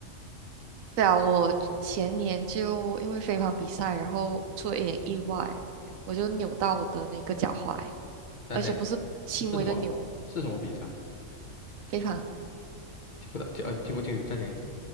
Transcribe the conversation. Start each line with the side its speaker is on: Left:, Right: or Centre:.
Right: 对啊，我前年就因为飞盘比赛，然后出了一点意外，我就扭到我的那个脚踝，
Left: 大家
Right: 而且不是轻微的扭，
Left: 是什么是什么比赛？
Right: 飞盘，
Left: 听不到，听呃听不清楚，再讲一次。